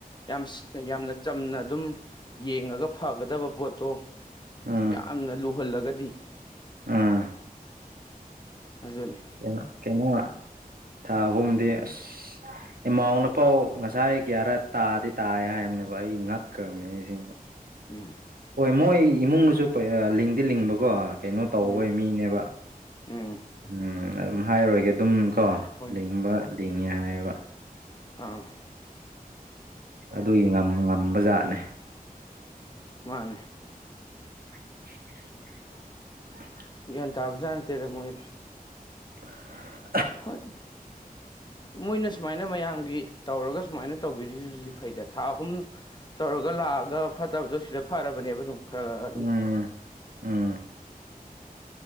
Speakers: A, on the left; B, on the right.
A: ꯌꯥꯝ ꯌꯥꯝꯅ ꯆꯝꯅ ꯑꯗꯨꯝ ꯌꯦꯡꯉꯒ ꯐꯒꯗꯕ ꯄꯣꯠꯇꯣ
B: ꯎꯝ
A: ꯌꯥꯝꯅ ꯂꯨꯍꯜꯂꯒꯗꯤ
B: ꯎꯝ
A: ꯑꯗꯨꯅꯤ
B: ꯀꯩꯅꯣ ꯀꯩꯅꯣ ꯊꯥ ꯑꯍꯨꯝꯗꯤ ꯑꯁ ꯏꯃꯥꯎ ꯅꯄꯥꯎ ꯉꯁꯥꯏ ꯀ꯭ꯌꯥꯔꯠ ꯇꯥꯗꯤ ꯇꯥꯏ ꯍꯥꯏꯕꯅꯦꯕ ꯑꯩ ꯉꯛꯈ꯭ꯔꯕꯅꯦ ꯑꯁꯦꯡꯕ
A: ꯎꯝ
B: ꯍꯣꯏ ꯃꯣꯏ ꯏꯃꯨꯡꯅꯁꯨ ꯂꯤꯡꯗꯤ ꯂꯤꯡꯕꯀꯣ ꯀꯩꯅꯣ ꯇꯧꯋꯦ
A: ꯎꯝ
B: ꯃꯤ ꯅꯦꯕ
A: ꯎꯝ
B: ꯎꯝ ꯑꯗꯨꯝ ꯍꯥꯏꯔꯔꯣꯏꯒꯦ ꯑꯗꯨꯝ ꯀꯣ
A: ꯍꯣꯏ
B: ꯂꯤꯡꯕ ꯂꯤꯡꯉꯦ ꯍꯥꯏꯕ
A: ꯑꯥ
B: ꯑꯗꯨꯒꯤ ꯉꯝ ꯉꯝꯕ ꯖꯥꯠꯅꯦ
A: ꯃꯥꯅꯦ
B: <inaudible>
A: ꯒ꯭ꯌꯥꯟ ꯇꯥꯕ ꯖꯥꯠ ꯅꯠꯇꯦꯗ ꯃꯣꯏ
B: <unintelligible>
A: ꯍꯣ <unintelligible> ꯃꯣꯏꯅ ꯁꯨꯃꯥꯏꯅ ꯃꯌꯥꯝꯒꯤ ꯇꯧꯔꯒ ꯁꯨꯃꯥꯏꯅ ꯇꯧꯕꯤꯔꯤꯖꯤꯖꯨ ꯐꯩꯗ ꯊꯥ ꯑꯍꯨꯝ ꯇꯧꯔꯒ ꯂꯥꯛꯑꯒ ꯐꯠꯇꯕꯗꯣ ꯁꯤꯗ ꯐꯔꯕꯅꯦꯕ ꯑꯗꯨꯝ ꯈꯔ ꯈꯔ ꯑꯗꯨꯝ
B: ꯎꯝ ꯎꯝ